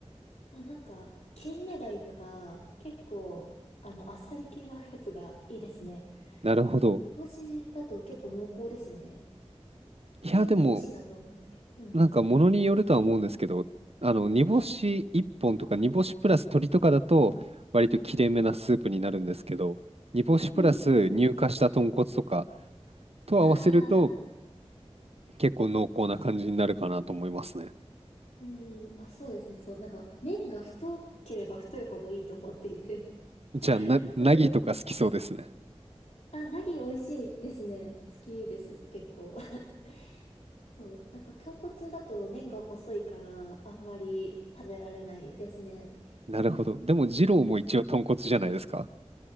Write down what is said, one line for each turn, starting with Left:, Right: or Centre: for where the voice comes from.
Left: あ、なんか、金目鯛とか、結構、あの、あっさり系の <laughs> やつがいいですね。
Right: なるほど。
Left: その煮干しだと結構濃厚ですよね。
Right: いや、
Left: ああいうのも美味しいなと思うんですけど。
Right: でも、
Left: うん。
Right: なんか物によるとは思うんですけど、あの、煮干し1本とか煮干しプラス鶏とかだと、
Left: はい。
Right: 割と切れ目なスープになるんですけど、煮干しプラス乳化した豚骨とか
Left: うんうんうん。
Right: と合わせると、
Left: ああ、
Right: 結構濃厚な感じになるかなと思いますね。
Left: うん、あ、そうですね。そう、なんか、麺が太ければ太いほどいいと思っていて。<laughs>
Right: じゃあ、な、
Left: それで、
Right: ナギとか好きそうですね。
Left: あ、ナギ美味しいですね。好きです、結構。<laughs> そう、なんか、豚骨だと麺が細いから、あんまり食べられないですね。
Right: なるほど。でも、二郎も一応豚骨じゃないですか。